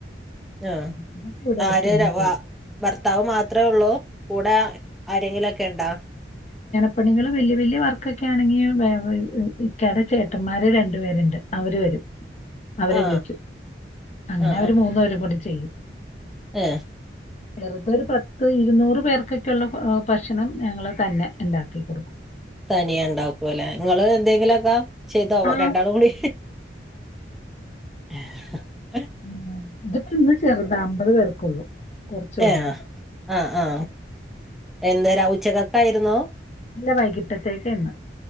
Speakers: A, in the centre; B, on the left (about 40°).
A: ആ
B: അതൊക്കെ ഇവിടെ വെച്ച്
A: ആര്
B: തന്നെ
A: ര
B: ചെയ്യും
A: വ ഭർത്താവ് മാ അത്രേ ഒള്ളോ കൂടെ ആ ആരെങ്കിലൊക്കെ എണ്ടാ
B: പ്പണികള് വല്യ വല്യ വർക്കൊക്കെ ആണെങ്കി വേ വ ഇക്കാടെ ചേട്ടമ്മാര് രണ്ട് പേര്ണ്ട് അവര് വരും അവരെ
A: ആ
B: വിളിക്കും അങ്ങനെ
A: ആ
B: അവര് മൂന്നേരും കൂടി ചെയ്യും
A: ആ
B: വെറുതൊരു പത്ത് ഇരുന്നൂറ് പേർ ക്ക്ക്കുള്ള ഭ ഭക്ഷണം ഞങ്ങള് തന്നെ എണ്ടാക്കി കൊടുക്കും
A: തനിയെ എണ്ടാക്കുവല്ലെ ഇങ്ങള് എന്തെങ്കിലൊക്കാ ചെയ്തോവാ
B: ആഹ്
A: രണ്ടാളും കൂടി ഹ്ഹ് ഹീ
B: <unintelligible> ഇതിപ്പ ഇന്ന് ചെറുത അമ്പത് പേർക്കുള്ളൂ. കുറച്ചുള്ളൂ
A: ഏ
B: ഇന്ന്.
A: ആ ആ. എന്തരാ ഉച്ചകത്തായിരുന്നോ?
B: അല്ല വൈകിട്ടത്തേക്ക്‌യെന്നു.